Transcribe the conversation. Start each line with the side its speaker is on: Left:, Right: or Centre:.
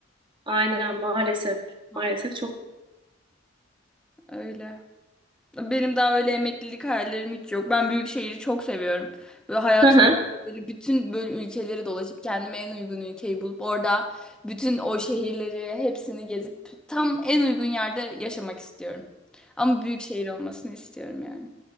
Right: Aynen maalesef.
Centre: Maalesef
Right: Maalesef çok.
Centre: öyle. Benim daha öyle emeklilik hayallerim hiç yok. Ben büyük şehri çok seviyorum. Böyle hayatım
Right: <laughs>
Centre: boyunca böyle bütün böyle ülkeleri dolaşıp kendime en uygun ülkeyi bulup orada bütün o şehirleri hepsini gezip tam en uygun yerde yaşamak istiyorum. Ama büyük şehir olmasını istiyorum yani.